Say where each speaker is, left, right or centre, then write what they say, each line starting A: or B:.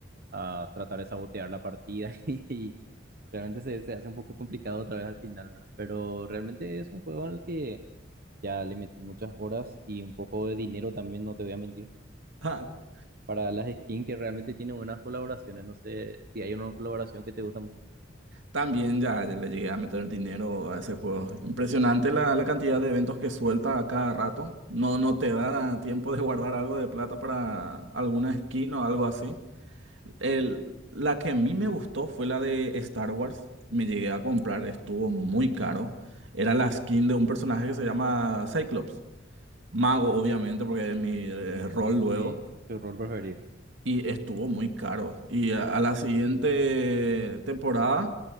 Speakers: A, on the right (about 50°); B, on the right (about 80°).
A: a tratar de sabotear la partida <laughs> y realmente se, se hace un poco complicado otra vez al final, ¿verdad? Pero realmente es un juego al que ya le metí muchas horas y un poco de dinero también, no te voy a mentir
B: <laughs>
A: para las skins que realmente tienen buenas colaboraciones. No sé si hay una colaboración que te gusta mucho.
B: También ya le llegué a meter dinero a ese juego. Impresionante la, la cantidad de eventos que suelta a cada rato. No, no te da tiempo de guardar algo de plata para alguna skin o algo así. El, la que a mí me gustó fue la de Star Wars. Me llegué a comprar, estuvo muy caro. Era la skin de un personaje que se llama Cyclops. Mago, obviamente, porque es mi eh, rol luego.
A: Sí, tu rol preferido.
B: Y estuvo muy caro. Y a, a la siguiente temporada,